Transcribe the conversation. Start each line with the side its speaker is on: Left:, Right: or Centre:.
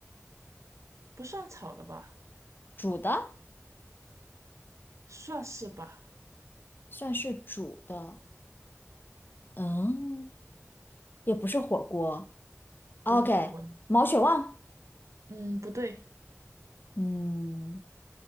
Right: 不算炒的吧？
Left: 煮的
Right: 算是吧，
Left: 算是煮的，嗯，也不是火锅。OK，
Right: 不是火锅。
Left: 毛血旺，
Right: 嗯，不对，
Left: 嗯，